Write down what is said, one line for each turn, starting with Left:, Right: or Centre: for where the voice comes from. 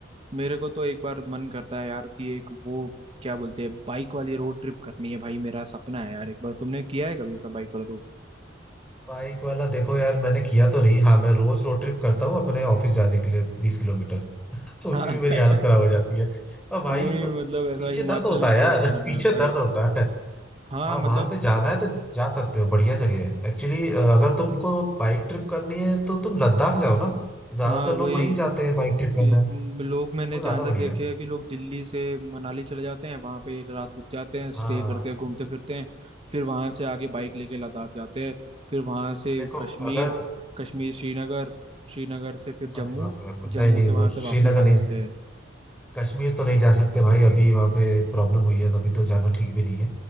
Right: मेरे को तो एक बार मन करता है यार कि एक वो क्या बोलते हैं बाइक वाली रोड ट्रिप करनी है भाई मेरा सपना है यार एक बार तुमने किया है कभी ऐसा बाइक वाला
Centre: बाइक वाला देखो यार मैंने किया तो नहीं हाँ मैं रोज रोड ट्रिप करता हूँ अपने ऑफिस जाने के लिए बीस किलोमीटर <laughs> तो उसी
Right: हाँ
Centre: में मेरी
Right: <laughs>
Centre: हालत खराब हो जाती है अब भाई
Right: नहीं मतलब ऐसा
Centre: पीछे
Right: हिमाचल
Centre: दर्द होता है यार
Right: से जाना
Centre: <laughs> पीछे
Right: है भाई
Centre: दर्द होता है हाँ भाई, वो पीछे दर्द होता है यार, पीछे दर्द होता है।
Right: हाँ
Centre: हाँ, वहां
Right: मतलब
Centre: से जाना है तो जा सकते हो बढ़िया जगह है एक्चुअली अगर तुमको बाइक ट्रिप करनी है तो तुम लद्दाख जाओ ना ज्यादातर
Right: हाँ वही
Centre: लोग वहीं जाते हैं बाइक ट्रिप करना
Right: कि
Centre: है
Right: म, लोग मैंने
Centre: वो
Right: जहाँ
Centre: ज्यादा
Right: तक
Centre: बढ़िया
Right: देखे
Centre: है
Right: हैं कि लोग दिल्ली से मनाली चले जाते हैं वहाँ पे एक रात रुक जाते हैं स्टे
Centre: हाँ
Right: करते हैं घूमते फिरते हैं फिर वहाँ से आगे बाइक लेके लद्दाख जाते हैं फिर वहाँ से
Centre: देखो
Right: कश्मीर
Centre: अगर
Right: कश्मीर श्रीनगर श्रीनगर से फिर जम्मू
Centre: अरे बाप रे बाप रे,
Right: जम्मू
Centre: नहीं नहीं
Right: से वहाँ
Centre: वो
Right: से वापस
Centre: श्रीनगर
Right: आ
Centre: नहीं
Right: जाते हैं
Centre: कश्मीर तो नहीं जा सकते भाई अभी वहाँ पे प्रॉब्लम हुई है तो अभी तो जाना ठीक भी नहीं है